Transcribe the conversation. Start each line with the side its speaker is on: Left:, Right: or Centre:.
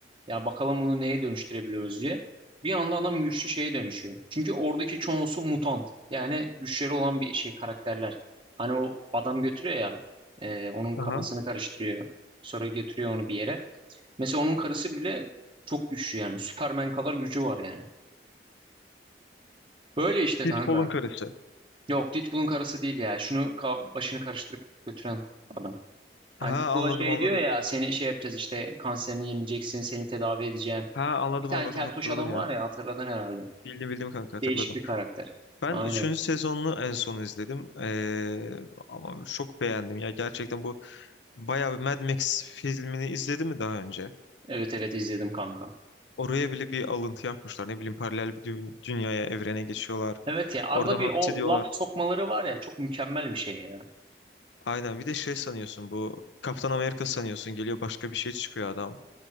Right: Ya bakalım bunu neye dönüştürebiliyoruz diye. Bir anda adam güçlü şeye dönüşüyor. Çünkü oradaki çoğusu mutant. Yani güçleri olan bir şey karakterler. Hani o adam götürüyor ya e, onun
Left: Aha.
Right: kafasını karıştırıyor. Sonra götürüyor onu bir yere. Mesela onun karısı bile çok güçlü yani. Superman kadar gücü var yani. Böyle işte
Left: Deadpool'un
Right: kanka.
Left: karısı.
Right: Yok Deadpool'un karısı değil ya. Şunu ka- başını karıştırıp götüren adam.
Left: Ha
Right: Hani Deadpool'a
Left: anladım
Right: şey
Left: anladım.
Right: diyor ya seni şey yapacağız işte kanserini yeneceksin seni tedavi edeceğim.
Left: Ha anladım
Right: Bir tane
Left: anladım
Right: keltoş
Left: hatırladım
Right: adam
Left: ya.
Right: var ya hatırladın herhalde.
Left: Bildim bildim kanka hatırladım.
Right: Değişik bir karakter.
Left: Ben
Right: Aynen.
Left: üçüncü sezonunu en son izledim. Ee, ama çok beğendim ya. Gerçekten bu Bayağı bir Mad Max filmini izledi mi daha önce?
Right: Evet evet izledim kanka.
Left: Oraya bile bir alıntı yapmışlar. Ne bileyim paralel bir dü- dünyaya, evrene geçiyorlar.
Right: Evet ya arada
Left: Orada
Right: bir
Left: hapse
Right: o
Left: diyorlar.
Right: laf sokmaları var ya çok mükemmel bir şey ya.
Left: Aynen bir de şey sanıyorsun bu Kaptan Amerika sanıyorsun geliyor başka bir şey çıkıyor adam.